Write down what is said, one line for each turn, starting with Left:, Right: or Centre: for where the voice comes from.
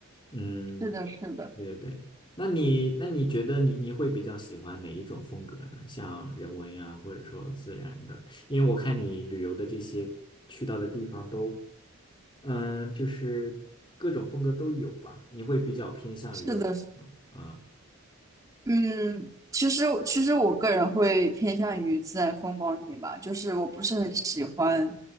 Left: 嗯，
Right: 是的，是的，
Left: 对对对。那你那你觉得你你会比较喜欢哪一种风格呢？像人文呀，或者说自然的？因为我看你旅游的这些去到的地方都，嗯，就是各种风格都有吧？你会比较偏向于，
Right: 是的，是
Left: 嗯，
Right: 嗯，其实其实我个人会偏向于自然风光一点吧，就是我不是很喜欢，